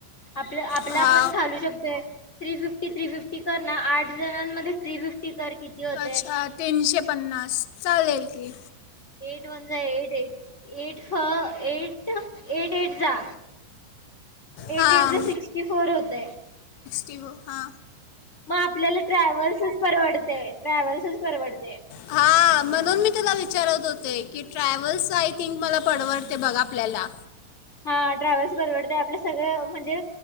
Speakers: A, on the left; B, on the left.
A: आपलं आपल्या
B: हा
A: आपण घालू शकतोय. थ्री फिफ्टी थ्री फिफ्टी कर ना आठ जणांमध्ये थ्री फिफ्टी कर किती होते
B: अच्छा तीनशे पन्नास चालेल की
A: एट वनजा एट एट एट हो एट एट एटजा. एट
B: हां
A: एटजा सिक्स्टी फोर होतय.
B: टी हो हा
A: मग आपल्याला ट्रॅव्हल्सच परवडतय ट्रॅव्हल्सच परवडतय
B: हा म्हणून मी तुला विचारत होते, की ट्रॅव्हल्स आय थिंक मला पडवडतय बघा आपल्याला.
A: हा ट्रॅव्हल्स परवडतय आपलं सगळं म्हणजे,